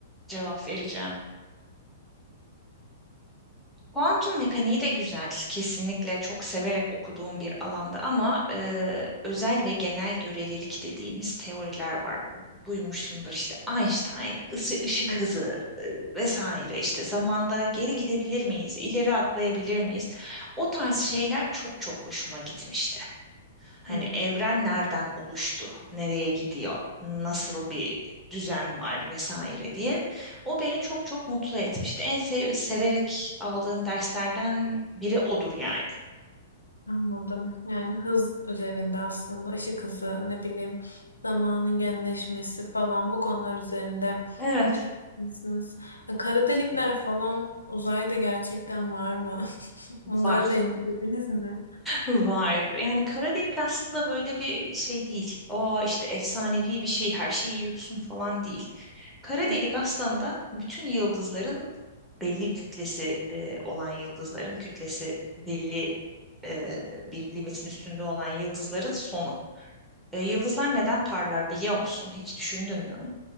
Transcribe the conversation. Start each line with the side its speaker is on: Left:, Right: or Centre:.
Centre: cevap vereceğim. Kuantum mekaniği de güzel. Kesinlikle çok severek okuduğum bir alanda ama e, özel ve genel görelilik dediğimiz teoriler var. Bu- Duymuşsundur işte Einstein, ısı ışık
Left: Evet.
Centre: hızı e, vesaire işte zamanda geri gidebilir miyiz, ileri atlayabilir miyiz? O tarz şeyler çok çok hoşuma gitmişti. Hani
Left: Hmm.
Centre: evren nereden oluştu, nereye gidiyor, nasıl bir düzen var vesaire diye. O beni çok çok mutlu etmişti. En sev- severek aldığım derslerden biri odur yani.
Left: Anladım. Yani hız üzerinde aslında ışık hızı ne bileyim zamanın genleşmesi falan bu konular üzerinde
Centre: Evet,
Left: şey yapmışsınız. E, Kara delikler falan uzayda gerçekten var mı? <laughs>
Centre: var.
Left: Bunları da incelediniz mi?
Centre: Var. Yani kara delik aslında böyle bir şey değil. O işte efsanevi bir şey, her şeyi yutsun falan değil. Kara
Left: Hı
Centre: delik
Left: hı.
Centre: aslında bütün yıldızların belli kütlesi e, olan yıldızların kütlesi belli e, bir limitin üstünde olan yıldızların sonu. E, yıldızlar neden parlar biliyor musun? Hiç düşündün mü?